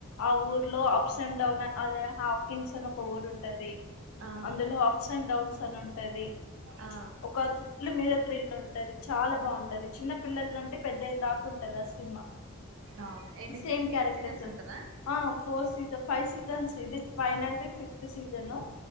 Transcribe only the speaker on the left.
ఆ ఊర్ లో అప్స్ అండ్ డౌన్ అదే హాకిన్స్ అని ఒక ఊరు ఉంటది
అందులో అప్స్ అండ్ డౌన్స్ అని ఉంటది
ఒక థ్రిల్లు మీద త్రిల్లు ఉ టది చాలా బాగుంటది చిన్న పిల్లలంటే పెద్దయిన దాకా ఉంటది ఆ సినిమా
సేమ్
క్యారెక్టర్
సా
ఆ ఫోర్ సీజన్ ఫైవ్ సీజన్స్ ఇది ఫైనల్ ఫిఫ్త్ సీజను